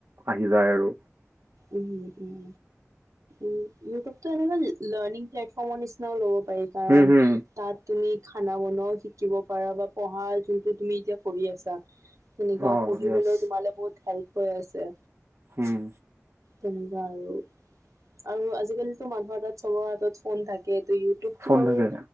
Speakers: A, on the right (about 60°); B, on the right (about 80°).
A: আহি যায় আৰু।
B: উম উম উম ইউটিউবটো এনে লৰ্ণং প্লেটফৰ্ম নিচিনা লব পাৰি। পাৰি কাৰণ
A: উম হুম
B: তাত তুমি। খানা বনও শিকিব পাৰা বা পঢ়া যোনটো তুমি এতিয়া পঢ়ি আছা। তেনেকুৱা
A: অ
B: পঢ়িবলৈ
A: য়েছ
B: তোমালে বহুত হেল্প। হৈ আছে।
A: হম।
B: তেনদা আৰু। আৰু আজিকালিটো, মানুহৰ তাত চবৰ হাতত, ফোন থাকে। ইউটিউবতটো,
A: ফোন
B: আৰু
A: থাকে।